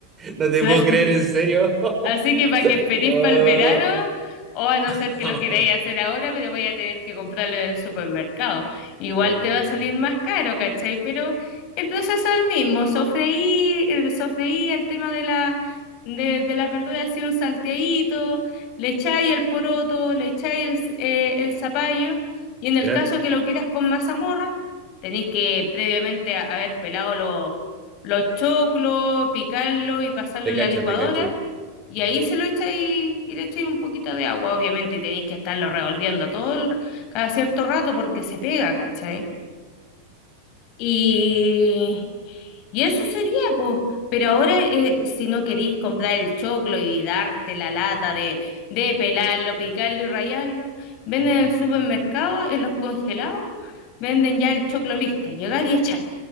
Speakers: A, on the right (about 20°); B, on the left (about 40°).
A: No
B: Suerte.
A: te puedo creer, en serio. <laughs>
B: Así que para que esperéis
A: Ah,
B: para el verano, o a no ser
A: <laughs>
B: que lo queráis hacer ahora, pero vais a tener que comprarlo en el supermercado. Igual
A: no.
B: te va a salir más caro, ¿cachai? Pero el proceso es el mismo, sofreí, eh, sofreí el tema de la, de, de las verduras, así un salteadito, le echáis el poroto, le echáis el, eh, el zapallo, y en el
A: ¿Ya?
B: caso que lo quieras con mazamorra, tenéis que previamente haber pelado los los choclos, picarlo y pasarlo
A: Te
B: en
A: cacho,
B: la licuadora.
A: te cacho.
B: Y ahí se lo echáis y le echáis un poquito de agua, obviamente, y tenéis que estarlo revolviendo todo el, cada cierto rato porque se pega, ¿cachai? Y, y eso sería, pues. Pero ahora, eh, si no queréis comprar el choclo y darte la lata de, de pelarlo, picarlo y rallarlo, venden en el supermercado, en los congelados, venden ya el choclo listo, llegar y echar.